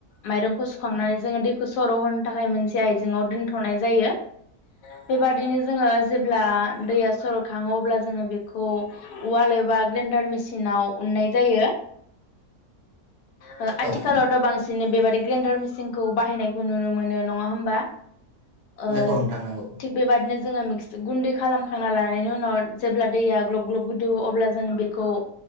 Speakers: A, on the left; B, on the right.
A: माइरंखौ सुखांनानै जोङो सर' होनो थाखाय मोनसे आइजेंङाव दोनथ'नाय जायो बेबादिनो जोङो जेब्ला दैया सर'खाङो अब्ला जोङो बेखौ उवाल एबा ग्रेन्डार मेसिनाव उननाय जायो ओ आथिखालावथ'
B: औ
A: बांसिन बिदिनो बेबादि ग्रेन्डार मिसिनखौ बाहायनायखौ नुनो मोनो नङा होमबा? ओ
B: नंगौ नोंथां नंगौ
A: थिग बेबादिनो जोङो मिक्स गुन्दै खालामखांना लानायनि उनाव जेब्ला दैया ग्लब ग्लब गोदो अब्ला जोङो बेखौ